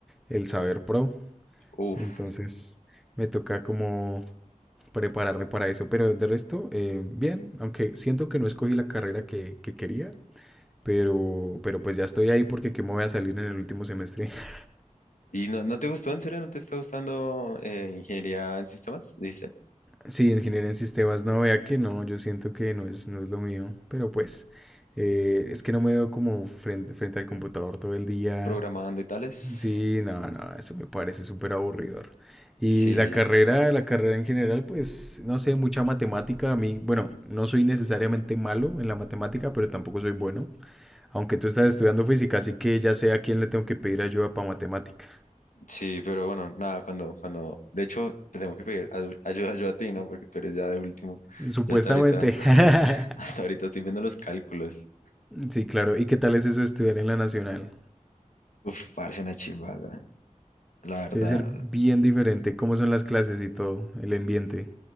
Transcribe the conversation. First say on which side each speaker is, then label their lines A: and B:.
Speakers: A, in the centre; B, on the left.
A: el Saber Pro.
B: Uf.
A: Entonces, me toca como prepararme para eso. Pero de resto, eh, bien, aunque siento que no escogí la carrera que, que quería, pero, pero pues ya estoy ahí porque ¿qué me voy a salir en el último semestre? <laughs>
B: ¿Y no, no te gustó? ¿En serio no te está gustando eh, ingeniería en sistemas? ¿Dijiste?
A: Sí, ingeniería en sistemas, no, vea que no, yo siento que no es, no es lo mío, pero pues eh, es que no me veo como frente, frente al computador todo el día.
B: Programando y tales.
A: Sí, no, no, eso me parece súper aburridor. Y
B: Sí,
A: la carrera, la carrera en general, pues, no sé, mucha matemática. A mí, bueno, no soy necesariamente malo en la matemática, pero tampoco soy bueno. Aunque tú estás estudiando física, así que ya sé a quién le tengo que pedir ayuda para matemática.
B: sí, pero bueno, nada, cuando, cuando, de hecho, te tengo que pedir ayu- ayuda yo a ti, ¿no? Porque tú eres ya de último.
A: Supuestamente.
B: Yo hasta ahorita, <laughs> hasta
A: <laughs>
B: ahorita estoy viendo los cálculos.
A: Sí, claro. ¿Y qué tal es eso estudiar en la nacional?
B: Uf, parece una chimba, weón. la verdad.
A: Debe ser bien diferente. ¿Cómo son las clases y todo? El ambiente.